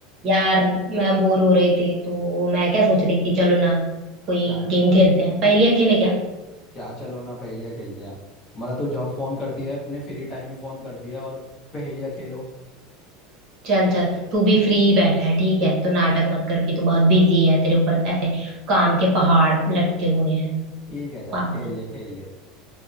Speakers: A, on the right (about 35°); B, on the left (about 25°).
A: यार मैं बोर हो रही थी तो मैं क्या सोच रही थी चलो ना कोई
B: क्या
A: गेम खेलते हैं पहेलियां खेले क्या
B: क्या चलो ना पहेलियाँ खेलते हैं मतलब तू जब फोन करती है अपने फ्री टाइम में फोन करती है और पहेलियाँ खेलो
A: चल चल तू भी फ्री बैठा है ठीक है तो नाटक मत कर कि तू बहुत बिजी है तेरे ऊपर ऐसे काम के पहाड़ लटके हुए हैं
B: ठीक है चल
A: पागल
B: खेल ले खेल ले